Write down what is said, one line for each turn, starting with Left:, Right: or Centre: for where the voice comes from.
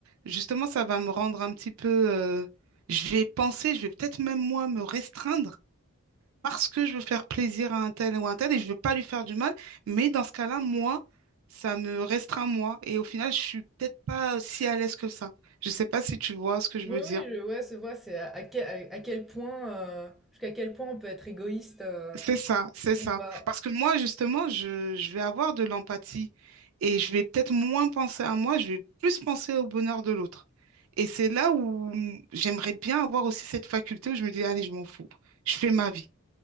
Right: justement, ça va me rendre un petit peu. euh, je vais penser, je vais peut-être même moi me restreindre parce que je veux faire plaisir à un tel ou un tel et je veux pas lui faire du mal. Mais dans ce cas-là, moi, ça me restreint moi et au final, je suis peut-être pas si à l'aise que ça. Je sais pas si tu vois ce que je
Centre: Oui,
Right: veux dire.
Centre: oui, je, ouais, c'est vrai, c'est à, à quel, à- à quel point, euh, jusqu'à quel point on peut être égoïste euh,
Right: C'est ça, c'est ça.
Centre: ou pas.
Right: Parce que moi, justement, je, je vais avoir de l'empathie et je vais peut-être moins penser à moi, je vais plus penser au bonheur de l'autre. Et c'est là où mm, j'aimerais bien avoir aussi cette faculté où je me dis, allez, je m'en fous, je fais ma vie.